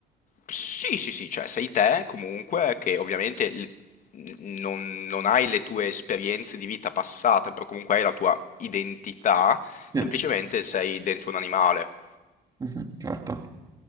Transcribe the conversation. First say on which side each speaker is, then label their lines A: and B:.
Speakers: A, on the left; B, on the right.
A: Sì, sì, sì, cioè sei te comunque che ovviamente l- n- non, non hai le tue esperienze di vita passata, però comunque hai la tua identità, semplicemente
B: Sì,
A: sei dentro un animale,
B: mhm, certo.